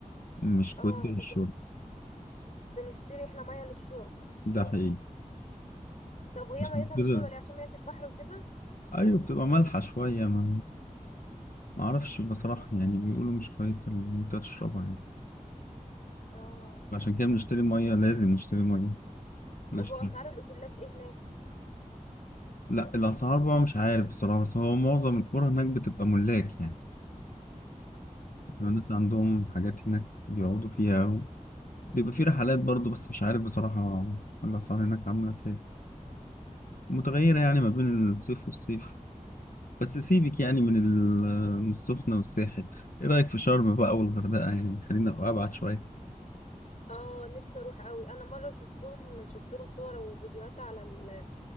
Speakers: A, on the left; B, on the left.
A: مش كويسه
B: اه
A: للشرب
B: لكن بنشتري احنا مية للشرب
A: ده حقيقي
B: طب وهي
A: عشان
B: ميتها مش
A: كده
B: حلوة ليه عشان مية البحر وكده
A: ايوه بتبقى مالحه شويه ما ما اعرفش بصراحه يعني بيقولوا مش كويسه ان انت تشربها يعني
B: اه
A: عشان كده بنشتري ميه لازم نشتري ميه للشرب
B: طب واسعار الاوتيلات ايه هناك
A: لا الاسعار بقى مش عارف بصراحه بس هو معظم القرى هناك بتبقى ملاك يعني بيبقى
B: مم.
A: الناس عندهم حاجات هناك بيقعدوا فيها بيبقى في رحلات برضو بس مش عارف بصراحه الاسعار هناك عامله ايه متغيره يعني ما بين الصيف والصيف بس سيبك يعني من ال- من السخنه والساحل ايه رايك في شرم بقى والغردقه يعني خلينا ابعد شويه
B: اه نفسي اروح قوي انا مره شفتهم شفت لهم صور وفيديوهات على ال...